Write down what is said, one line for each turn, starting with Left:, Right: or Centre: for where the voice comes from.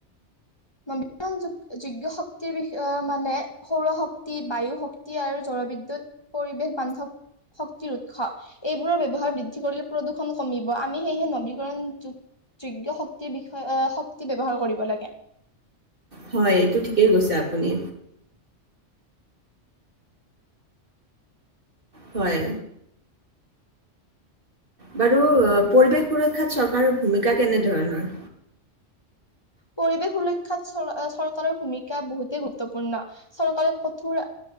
Left: নৱীকৰণযো যোগ্য শক্তিৰ বিষয়ে মানে সৌৰ শক্তি, বায়ু শক্তি আৰু জলবিদ্যুৎ পৰিৱেশ বান্ধৱ শক্তিৰ উৎস এইবোৰৰ ব্যৱহাৰ বৃদ্ধি কৰিলে প্ৰদূষণ কমিব, আমি সেয়েহে নৱীকৰণ যো যোগ্য শক্তিৰ বিষয়ে আহ শক্তি ব্যৱহাৰ কৰিব লাগে।
Right: হয়, এইটো ঠিকেই কৈছে আপুনি। হয়। বাৰু পৰিৱেশ সুৰক্ষাত চৰকাৰৰ ভূমিকা কেনেধৰণৰ?
Left: পৰিৱেশ সুৰক্ষাত চল অ চৰকাৰৰ ভূমিকা বহুতেই গুৰুত্বপূৰ্ণ। চৰকাৰৰ কঠোৰ